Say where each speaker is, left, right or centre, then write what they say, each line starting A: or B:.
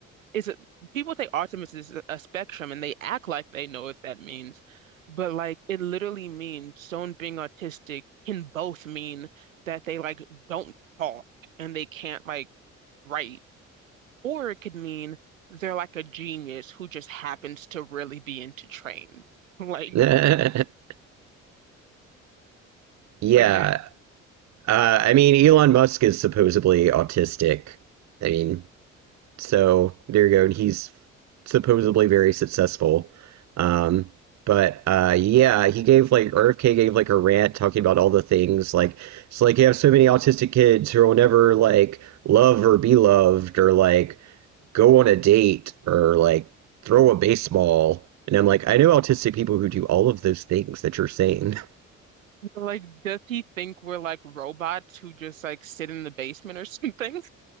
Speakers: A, on the right (about 85°); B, on the right (about 45°).
A: it's a, people think autism is a spectrum and they act like they know what that means. But like it literally means someone being autistic can both mean that they like don't talk and they can't like write, or it could mean they're like a genius who just happens to really be into trains. <laughs> Like
B: <laughs> Yeah,
A: like that
B: Uh, I mean, Elon Musk is supposedly autistic. I mean, so there you go. And he's supposedly very successful. Um, but uh, yeah, he gave like RFK gave like a rant talking about all the things like it's like you have so many autistic kids who will never like love or be loved or like go on a date or like throw a baseball. And I'm like, I know autistic people who do all of those things that you're saying. <laughs>
A: like does he think we're like robots who just like sit in the basement or something?